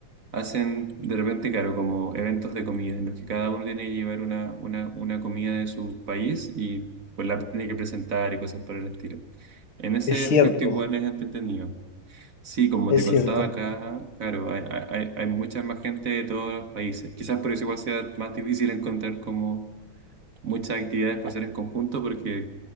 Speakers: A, on the right (about 45°); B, on the left (about 85°).
A: Hacen de repente, claro, como eventos de comida, en los que cada uno tiene que llevar una, una, una comida de su país y pues la tiene que presentar y cosas por el estilo. En ese
B: Es cierto,
A: aspecto igual es entretenido. Sí, como
B: es
A: te contaba
B: cierto.
A: acá, claro, hay, hay, hay hay mucha más gente de todos los países. Quizás por eso igual sea más difícil encontrar como muchas actividades para hacer en conjunto porque